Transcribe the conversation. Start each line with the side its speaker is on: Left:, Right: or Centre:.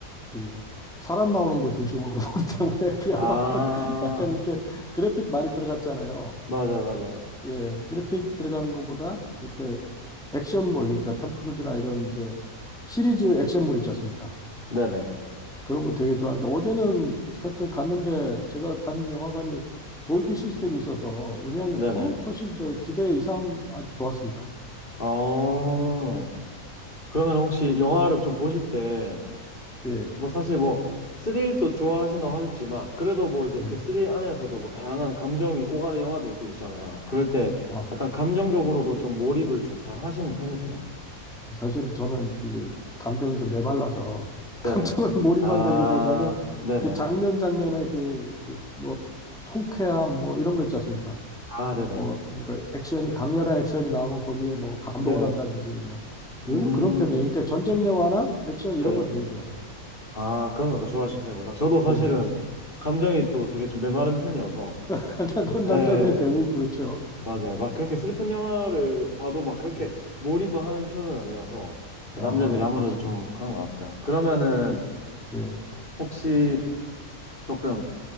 Centre: 그 사람 나오는 거 중심으로 <laughs> 보기 때문에 그
Left: 아,
Centre: 아바타 약간 이렇게 그래픽 많이 들어갔잖아요.
Left: 맞아요, 맞아요.
Centre: 예, 그래픽 들어가는 것보다 이렇게 액션물, 그러니까 탐 크루즈나 이런 이제 시리즈 액션물 있지 않습니까?
Left: 네네,
Centre: 그런 거 되게 좋아하는데 어제는 하여튼 갔는데 제가 간 영화관이 돌비 시스템이 있어서 음향이
Left: 네네.
Centre: 통 훨씬 저 기대 이상 아주 좋았습니다.
Left: 어, 그러면 혹시 영화를 좀 보실 때,
Centre: 예,
Left: 뭐 사실 뭐, 스릴도 좋아하신다고 하셨지만, 그래도 뭐 이제
Centre: 예.
Left: 그 스릴 안에서도 뭐 다양한 감정이 오가는 영화들이 또 있잖아요. 그럴 때
Centre: 아.
Left: 약간 감정적으로도 좀 몰입을 좀 잘 하시는 편이세요?
Centre: 사실 저는 그게 감정이 좀 메말라서 <laughs>
Left: 네네.
Centre: 감정을 몰입한다기보다는
Left: 아, 네네.
Centre: 그 장면 장면의 그, 그 뭐 통쾌함 뭐 이런 거 있지 않습니까?
Left: 아, 네네.
Centre: 뭐 그러니까 액션이 강렬한 액션이 나오면 거기에 뭐 감동을
Left: 네네.
Centre: 한다든지 뭐 오히려
Left: 음,
Centre: 그런 편이에요. 그러니까 전쟁 영화나 액션 이런
Left: 네네.
Centre: 거 되게 좋아해요.
Left: 아, 그런 거 좋아하시는 편이구나. 저도 사실은
Centre: 예.
Left: 감정이 또 되게 좀 메마른 편이어서,
Centre: <laughs>
Left: 예.
Centre: 남자들이 대부분 그렇죠.
Left: 맞아요.
Centre: 예.
Left: 막 그렇게 슬픈 영화를 봐도 막 그렇게
Centre: 예.
Left: 몰입을 하는 편은 아니어서 남자들이
Centre: 아,
Left: 아무래도
Centre: 그러시구나.
Left: 좀 그런 것 같아요. 그러면은
Centre: 그, 예.
Left: 혹시 조금